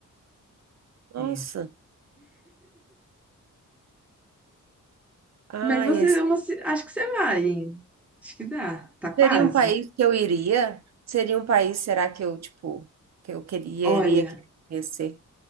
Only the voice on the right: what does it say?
Nossa.
Ai,
esse
seria um país que eu iria? Seria um país, será que eu, tipo, que eu queria,
iria querer conhecer?